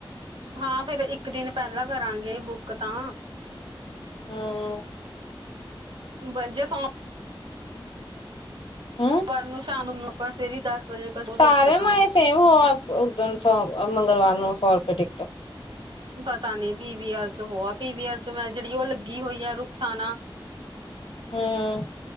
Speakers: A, on the right (about 65°); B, on the left (about 75°).
A: ਹਾਂ ਫੇਰ ਇੱਕ ਦਿਨ ਪੈਲਾਂ ਕਰਾਂਗੇ ਬੁੱਕ ਤਾਂ
B: ਹੂੰ।
A: ਬ ਜ ਸਮ
B: ਹੂੰ
A: ਪਰ ਨੂੰ ਸ਼ਾਮ ਨੂੰ ਆਪਾਂ ਸਵੇਰੇ ਈ ਦਸ ਵਜੇ ਕ ਸ਼ੋਅ
B: ਸਾਰੀਆਂ
A: ਦੇਖ ਸਕਾਂਗੇ।
B: ਮਾਏ ਸੇਮ ਹੋਵਾ ਉਦਨ ਸੌ ਮੰਗਲਵਾਰ ਨੂੰ ਸੌ ਰੁਪਏ ਟਿਕਟ
A: ਪਤਾ ਨੀ ਪੀ ਵੀ ਆਰ ਚ ਹੋ ਆ ਪੀ ਵੀ ਆਰ ਚ ਮੈਂ ਜੇੜੀ ਓ ਲੱਗੀ ਹੋਈ ਆ ਰੁਖਸਾਨਾ
B: ਹੁੰ